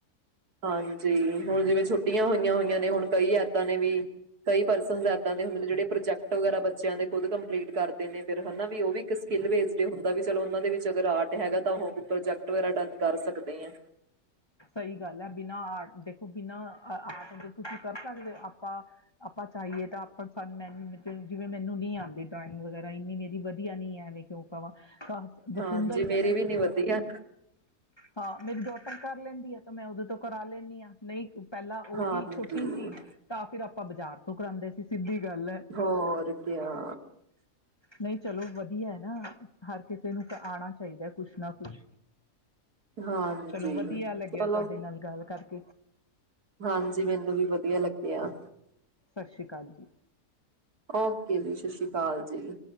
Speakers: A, on the right; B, on the left.
A: ਹਾਂਜੀ ਹੁਣ ਜਿਵੇਂ ਛੁ ਛੁੱਟੀਆਂ ਹੋਈਆਂ ਨੇ ਹੁਣ ਕਈ ਐਦਾਂ ਨੇ ਵੀ ਕਈ ਪਰਸਨ ਜਾ ਕਹਿੰਦੇ ਹੁੰਦੇ ਨੇ ਜਿਹੜੇ ਪ੍ਰੋਜੈਕਟ ਵਗੈਰਾ ਬੱ ਬੱਚਿਆਂ ਦੇ ਖੁਦ ਕੰਪਲੀਟ ਕਰਦੇ ਨੇ ਫਿਰ ਹਨਾ ਵੀ ਉਹ ਵੀ ਇੱਕ ਸਕਿੱਲ ਬੇਸਡ ਹੁੰਦਾ ਵੀ ਚਲੋ ਉਹਨਾਂ ਦੇ ਵਿੱਚ ਅਗਰ ਆਰਟ ਹੈਗਾ ਤਾਂ ਉਹ ਪ੍ਰੋਜੈਕਟ ਵਗੈਰਾ ਡਨ ਕਰ ਸਕਦੇ ਐ।
B: ਸਹੀ ਗੱਲ ਹੈ, ਬਿਨਾਂ ਆਰਟ ਦੇਖੋ ਬਿਨਾਂ ਆਰਟ ਦੇਖੋ ਤੁਸੀਂ ਕਰ ਸਕਦੇ ਹੋ ਆਪਾਂ ਆਪਾਂ ਚਾਹੀਏ ਤਾਂ ਆਪਾਂ ਸਾਨੂੰ ਮੈ ਜਿਵੇਂ ਮੈਨੂੰ ਨਹੀਂ ਆਦੀ ਡਰਾਇੰਗ ਵਗੈਰਾ ਇੰਨੀ ਮੇਰੀ ਵਧੀਆ ਨੀ ਐ ਐਵੇਂ ਕਿਉਂ ਕਵਾ,
A: ਹਾਂਜੀ
B: ਹੁੰਦਾ ਹੀ
A: ਮੇਰੀ
B: ਐ ਮੈਨੂੰ
A: ਵੀ ਨੀ ਵਧੀਆ
B: ਹਾਂ ਮੇਰੀ ਡੋਟਰ ਘਰ, ਲੈਂਦੀ ਆ ਤਾਂ ਮੈਂ ਉਹਦੇ ਤੋਂ ਕਰਾ ਲੈਂਨੀ ਆ ਨਹੀਂ ਪਹਿਲਾਂ ਉਹ
A: ਹਾਂਜੀ
B: ਵੀ ਛੋਟੀ ਸੀ ਤਾਂ ਫਿਰ ਆ ਆਪਾਂ ਬਾਜ਼ਾਰ ਤੋਂ ਕਰਾਦੇ ਸੀ ਸਿੱਧੀ, ਗੱਲ ਹੈ
A: ਹੋਰ ਕਿਆ।
B: ਨਹੀਂ ਚਲੋ ਵਧੀਆ ਐ ਨਾ ਹਰ ਕਿਸੇ ਨੂੰ ਤਾ ਆਣਾ ਚਾਹੀਦਾ ਕੁਛ ਨਾ ਕੁਛ,
A: ਹਾਂਜੀ,
B: ਚਲੋ ਵਧੀਆ ਲੱਗਿਆ
A: ਚਲੋ
B: ਤੁਹਾਡੇ ਨਾਲ ਗੱਲ ਕਰ <inaudible> <unintelligible>
A: ਹਾਂਜੀ ਮੈਨੂੰ ਵੀ ਵਧੀਆ ਲੱਗਿਆ
B: ਸਾਸਰੀ ਕਾਲ ਜੀ,
A: ਓਕੇ ਜੀ ਸਾਸਰੀ ਕਾਲ ਜੀ,